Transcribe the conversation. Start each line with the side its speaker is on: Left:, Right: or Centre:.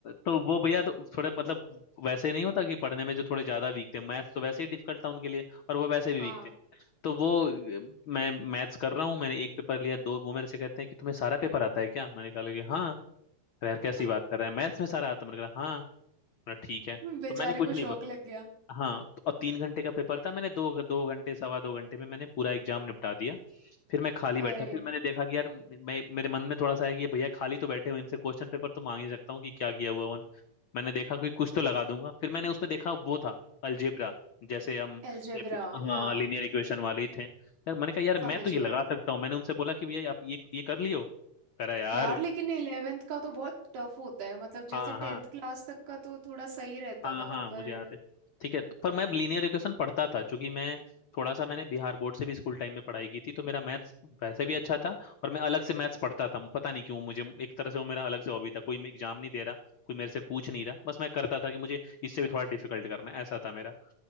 Left: तो वो भैया तो थोड़े मतलब वैसे नहीं होता कि पढ़ने में जो थोड़े ज्यादा वीक थे मैथ्स तो वैसे ही डिफिकल्ट था उनके लिए और वो वैसे भी
Right: हाँ
Left: वीक थे तो वो अ, मैं मैथ्स कर रहा हूँ मैंने एक पेपर लिया दो वो मेरे से कहते हैं कि तुम्हें सारा पेपर आता है क्या मैंने कहा कि हाँ
Right: <laughs>
Left: यार कैसी बात कर रहा है मैथ्स में सारा आता है मैंने कहा हाँ मैंने कहा, ठीक है
Right: बेचारे
Left: तो मैंने कुछ
Right: को
Left: नहीं
Right: शौक लग गया
Left: हाँ तो और तीन घंटे का पेपर था मैंने दो दो घंटे सवा दो घंटे में मैंने पूरा एग्जाम निपटा दिया फिर मैं खाली
Right: अरे
Left: बैठा फिर मैंने देखा कि यार मैं मेरे मन में थोड़ा सा है कि ये भैया खाली तो बैठे हुए इनसे क्वेश्चन पेपर तो मांग ही सकता हूँ कि क्या किया हुआ उन्होंने मैंने देखा कि कुछ तो लगा दूंगा फिर मैंने उसमें देखा वो था अलजेब्रा जैसे हम
Right: एल्जेब्रा
Left: एक- हाँ
Right: हाँ
Left: लीनियर इक्वेशन वाले ही थे यार मैंने कहा यार
Right: समझ
Left: मैं तो ये लगा
Right: गए
Left: सकता हूँ मैंने उनसे बोला कि भैया आप ये ये कर लियो करा यार
Right: यार लेकिन इलेवेंथ का तो बहुत टफ होता है मतलब जैसे
Left: हाँ
Right: टेंथ
Left: हाँ
Right: क्लास तक का तो थोड़ा सही रहता
Left: हाँ
Right: था
Left: हाँ
Right: पर
Left: मुझे याद है ठीक है तो- पर मैं लीनियर इक्वेशन पढ़ता था क्योंकि मैं थोड़ा सा मैंने बिहार बोर्ड से भी स्कूल टाइम में पढ़ाई की थी तो मेरा मैथ्स वैसे भी अच्छा था और मैं अलग से मैथ्स पढ़ता था पता नहीं क्यों मुझे एक तरह से वो मेरा अलग से हॉबी था कोई मैं एग्जाम नहीं दे रहा कोई मेरे से पूछ नहीं रहा बस मैं करता था कि मुझे इससे भी थोड़ा डिफिकल्ट करना है ऐसा था मेरा